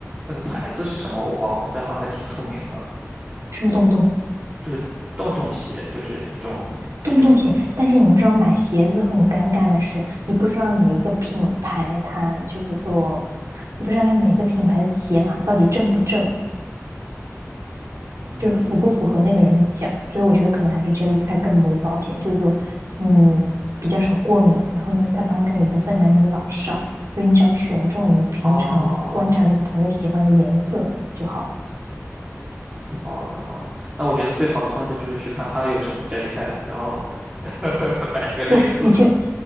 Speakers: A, on the right (about 25°); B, on the right (about 75°).
A: 那个牌子是什么我忘了，但是好像还挺出名的，
B: 什么洞洞
A: 就是洞洞鞋，就是一种一种，
B: 洞洞鞋。但是你知道买鞋子很尴尬的是，你不知道每一个品牌它就是说，你不知道它每一个品牌的鞋码到底正不正，
A: 嗯
B: 就是符不符合那个人脚。所以我觉得可能还是 Jellycat 更为保险，就是说你比较少过敏，然后呢，它当中也不分男女老少，就你只要选中你平常观察那个朋友喜欢的颜色就好了
A: 啊。好的，好的。那我觉得最好的方式就是去看他有什么 Jellycat，然后 <laughs> 买一个类似的
B: 不，你去，